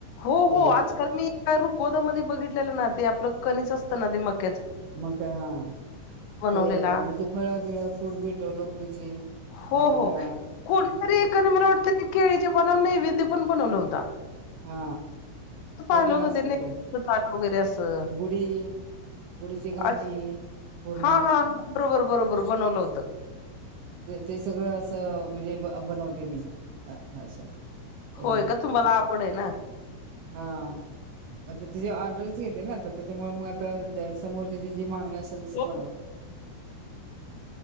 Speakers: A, on the left; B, on the right.
A: हो
B: ते
A: हो आजकाल मी रुकोदामध्ये बघितलेलं ना ते आपलं कनच असतं ना ते मग
B: मग काय हा
A: बनवलेला
B: ते म्हणजे फळं बिळ फ्रूट बिटलं लोकरीची
A: हो
B: बाहुल्या
A: हो कोणीतरी
B: ते
A: एकाने मला वाटतं केळीचे पाणावर नैवेद्य पण बनवलं होता
B: हा
A: पाहिलं
B: ते पण
A: होतं
B: असत
A: नैवेद्याचं
B: ते
A: ताट वगैरे असं
B: गुढी गुढीची घाटी
A: अ-
B: पूर्ण
A: हा हा हा. बरोबर बरोबर बनवलं होतं
B: ते सगळं असं म्हणजे बनवते मी असं एकदम
A: होय का तुम्हाला आवडेल
B: हा मग ते तझे ऑर्डरच घेते ना तर त्याच्यामुळे मग आता समोरची जी मागणी असल तसं
A: हो
B: बनवत